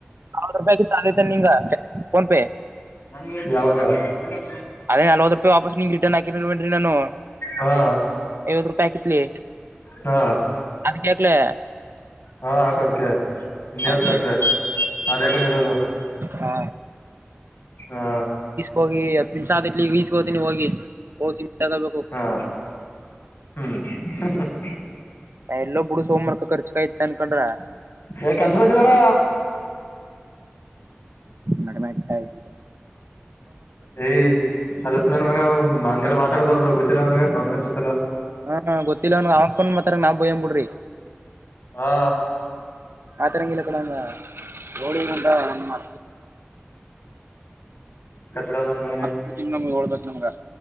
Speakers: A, on the right; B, on the left.
A: ಆರುವತ್ತು ರೂಪಾಯಿಗಿತ್ತು ಆದೈತೆ ನಿಂಗ ಪೋನ್ ಪೇ
B: ನನಗೆ ಯಾವಾಗ ಸರಿಬೂಡು
A: ಅದೇ ನಲ್ವತ್ತು ರೂಪಾಯ್ ವಾಪಸ್ ನೀಗ್ ರಿಟನ್ ಹಾಕಿಲ್ವೇನ್ ರೀ ನಾನು
B: ಹಾ
A: ಐವತ್ತು ರೂಪಾಯಿ ಆಕಿತ್ಲೇ
B: ಹಾ
A: ಅದಕ್ಕೆ ಲೇ
B: ಹ ಹಾಕು ಅದಕ್ಕೆ ಇನ್ನಯವುದಕ್ಕೆ
A: ಸರಿ
B: ಹಾಕ್ದೇ ಅದೇ ಕಣೋ ಇರೋದು.
A: ಹ
B: ಹಾ
A: ಹೋಗಿ ಹತ್ತು ನಿಮಿಷ ಅದ್ತಾದ್ ಹಿಸ್ಕೋತೀನಿ ಹೋಗಿ ಹೋಗಿಮ್ ತಗೋಬೇಕು.
B: ಹಾ ಹಾ ಹ್ಮ್
A: ಎಲ್ಲೋ ಬುಡು ಸೋಮವಾರ್ ಕ ಖರ್ಚು ಆಯತ್ತು ಅನ್ಕೊಂಡ್ರೆ.
B: ಹೆ ಕೆಲಸ ಬಂದವಾರೆ
A: ನಡಿಮೆ ಇತಾ ಇದ್ದೀಗಾ
B: ಏಯ್ ಅಲ್ಪ್ ನನ್ ಮಗ ಹಂಗೆಲ್ಲ ಮಾತಾಡ್ಬಾರದು ಗೊತ್ತಿಲ್ಲ ಅವನಗೆ ನಾನ್ ಸೇಂಸ್ ಪೇಲೋ
A: ಹಾ ಗೊತ್ತಿಲ್ಲ ಅವನ್ಗ ಅವಪ್ಪನ್ ಮಾತ್ರ ನಾವ್ ಬಯನ್ ಬುಡ್ರಿ
B: ಹಾ
A: ಆತರಂಗಿಲ ಕೂಡಂದ ಹೋಳಿ ಗೊಂಡ ನ
B: ಕಚ್ಚಡ ನನ್ ಮಗನೆ
A: ಕುತಿನ್ ನಮ್ಗೆ ಹಡ್ಬೇಕ್ ನಮಗ